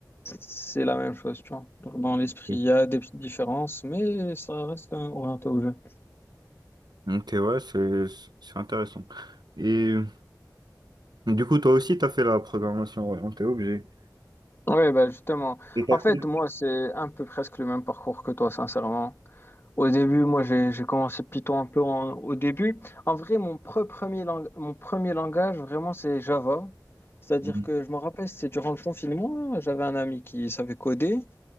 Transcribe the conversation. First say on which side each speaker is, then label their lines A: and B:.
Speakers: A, on the left; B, on the right.
A: C'est la même chose, tu vois. Donc, dans l'esprit,
B: euh,
A: il y a des petites différences, mais ça reste quand même orienté au jeu.
B: ok, ouais, c'est c'est intéressant. Et euh, du coup, toi aussi, tu as fait la programmation orientée objet.
A: Oui, bah justement.
B: Et t'as
A: En fait,
B: fait...
A: moi, c'est un peu presque le même parcours que toi, sincèrement. Au début, moi, j'ai j'ai commencé Python un peu en- au début. En vrai, mon pre- premier lang- mon premier langage, vraiment, c'est Java. C'est-à-dire
B: Mhm.
A: que je me rappelle, c'était durant le confinement, j'avais un ami qui savait coder.